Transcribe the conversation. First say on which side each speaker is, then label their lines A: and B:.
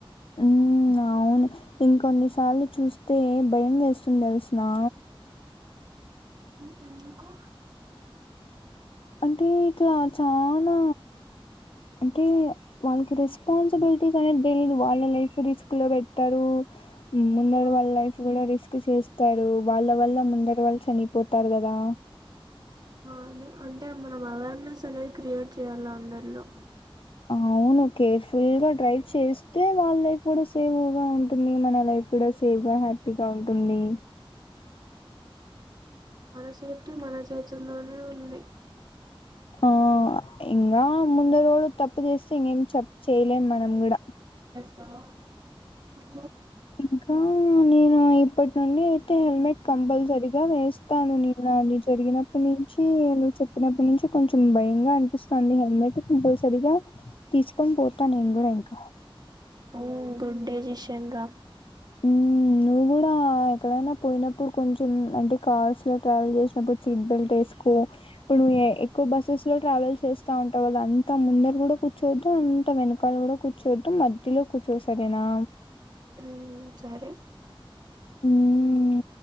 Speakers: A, on the left; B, on the right.
A: మ్ అవును. ఇంకొన్నిసార్లు చూస్తే భయం వేస్తుంది తెలుసునా?
B: ఉ ఎందుకు?
A: అంటే ఇట్లా చాలా అంటే వాళ్ళకి రెస్పాన్సిబిలిటీస్ అనేది తెలియదు. వాళ్ళ లైఫ్ రిస్క్ లో పెట్టారు. ముందర
B: ఆ
A: వాళ్ళ లైఫ్ కూడా రిస్క్ చేస్తారు. వాళ్ళ వల్ల ముందట వాళ్ళు చనిపోతారు కదా?
B: ఆ అండి అంటే మనం అవేర్నెస్ తనది క్రియేట్ చేయాల అందరిలో.
A: అవును కేర్ఫుల్ గా డ్రైవ్ చేస్తే వాళ్ళ లైఫ్ కూడా సేఫ్గా ఉంటుంది. మన లైఫ్ కూడా సేఫ్గా హ్యాపీగా ఉంటుంది.
B: మన సేఫ్టీ మన చేతుల్లోనే ఉంది.
A: ఆ ఇంగా ముంద రోడు తప్పు చేస్తే ఇంకేం చేయలేం మనం కూడా.
B: స <unintelligible>
A: ఇంకా ఆ నేను ఇప్పటి నుండి అయితే హెల్మెట్ కంపల్సరిగా వేస్తాను. నిన్న అది జరిగినప్పుటి నుంచి నువ్వు చెప్పినప్పుటి నుంచి, కొంచెం భయంగా అనిపిస్తాంది. హెల్మెట్ కంపల్సరిగా తీసుకొని పోతాను నేను కూడా ఇంకా
B: ఊ గుడ్ డెసిషన్ రా.
A: ఊ నువ్వు కూడా ఎక్కడైనా పోయినప్పుడు, కొంచెం అంటే కార్స్ లో ట్రావెల్ చేసినప్పుడు సీట్ బెల్ట్ వేసుకో. ఇప్పుడు ఎక్కువ బస్సులో ట్రావెల్ చేస్తా ఉంటావు కదా, అంత ముందర కూడా కూర్చోద్దు అంత వెనకాల కూడా కూర్చోద్దు మధ్యలో కూర్చోసరేనా.
B: మ్ సరే
A: ఉ ఉఊ